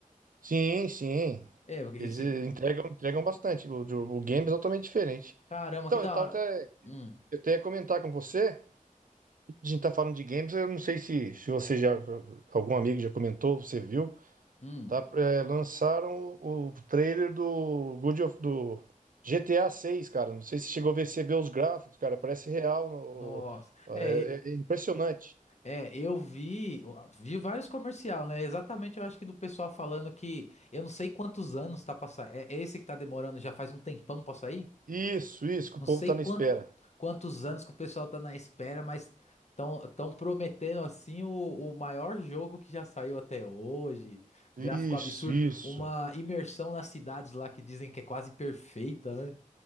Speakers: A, on the right (about 75°); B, on the left (about 55°).
A: Sim, sim.
B: É, porque
A: Eles
B: esse.
A: eh, entregam, entregam bastante. O, o- o games é totalmente diferente.
B: Caramba,
A: Então,
B: que da
A: eu tava
B: hora.
A: até,
B: Hum,
A: eu até ia comentar com você. A gente tá falando de games, eu não sei se, se você já. Algum amigo já comentou, você viu.
B: hum.
A: Tá, eh, lançaram o, o trailer do God of, do GTA seis cara. Não sei se chegou a ver, você vê os gráficos, cara. Parece real. no-
B: Nossa.
A: é,
B: É, e-
A: é impressionante.
B: é, eu vi, vi vários comercial, né? Exatamente, eu acho que do pessoal falando que eu não sei quantos anos tá passando. É, é esse que tá demorando, já faz um tempão pra sair?
A: Isso, isso, que
B: Não
A: o povo
B: sei
A: tá
B: quan-
A: na espera.
B: quantos anos que o pessoal tá na espera, mas tão, tão prometendo assim o, o maior jogo que já saiu até hoje. Gráfico
A: Isso,
B: absurdo,
A: isso.
B: uma imersão nas cidades lá que dizem que é quase perfeita, né?